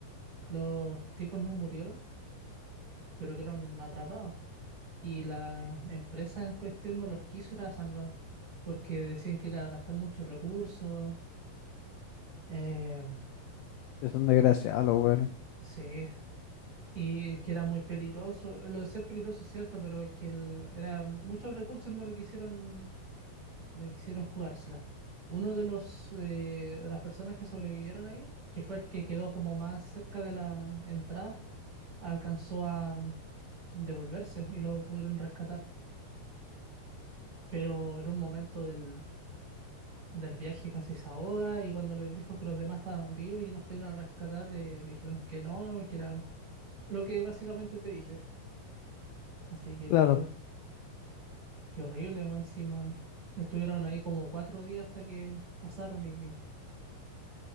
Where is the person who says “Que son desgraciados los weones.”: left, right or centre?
Left